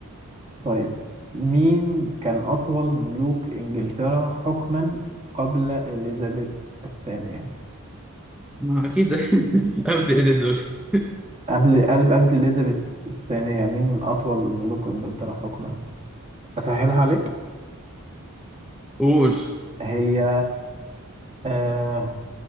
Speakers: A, on the right; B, in the centre.
A: طيب مين كان أطول ملوك إنجلترا حكما قبل إليزابيث الثانية
B: ما اكيد <laughs> قبل اليزابيث
A: قبل قبل قبل إليزابيث الثانية مين أطول ملوك إنجلترا حكما أسهلها عليك
B: قول
A: هي آه...